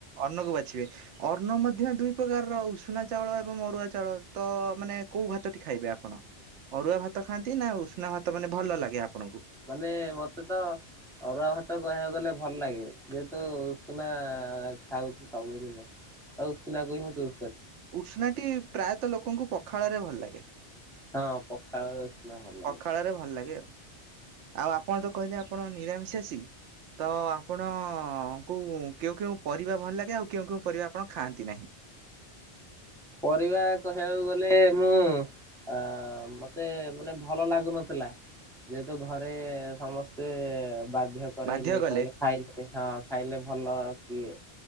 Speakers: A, on the right (about 85°); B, in the centre.
A: ଅର୍ଣ୍ଣ କୁ ବାଛିବେ, ଅନ୍ନ ମଧ୍ୟ ଦୁଇ ପ୍ରକାରର- ଉଷୁନା ଚାଉଳ ଏବଂ ଅରୁଆ ଚାଉଳ ତ, ମାନେ ମାନେ କୋଉ ଭାତଟି ଖାଇବେ ଆପଣ? ଅରୁଆ ଭାତ ଖାଆନ୍ତି ନା ଉଷୁନା ଭାତ ମାନେ ଭଲ ଲାଗେ ଆପଣଙ୍କୁ?
B: ମାନେ ମତେ ତ ଅରୁଆ ଭାତ କହିବାକୁ ଗଲେ ଭଲ ଲାଗେ, ଯେହେତୁ ଉଷୁନା ଖାଉଛୁ ସବୁ ଦିନ ତ ଉଷୁନାକୁ ହିଁ ମୁଁ ଚୂ
A: ଉଷୁନା ଟି ପ୍ରାୟତଃ ଲୋକଙ୍କୁ ପଖାଳରେ ଭଲ ଲାଗେ।
B: ହଁ ପଖାଳ ଉଷୁନା ଭଲ ଲାଗେ।
A: ପଖାଳ ରେ ଭଲ ଲାଗେ ଆଉ, ଆଉ ଆପଣ ତ କହିଲେ ଆପଣ ନିରାମିଷାସି। ତ ଆପଣଙ୍କୁ କେଉଁ କେଉଁ ପରିବା ଭଲ ଲାଗେ ଆଉ କେଉଁ କେଉଁ ପରିବା ଆପଣ ଖାଆନ୍ତି ନାହିଁ? <inaudible>
B: ପରିବା କହିବାକୁ ଗଲେ ମୁଁ ଅ ମତେ ମାନେ ଭଲ ଲାଗୁନଥିଲା। ଯେହେତୁ ଘରେ ସମସ୍ତେ ବା କରାଇଲେ
A: ବାଧ୍ୟ କଲେ
B: କହିଲେ ଖାଇଲେ ହଁ ଖାଇଲେ ଭଲ କିଏ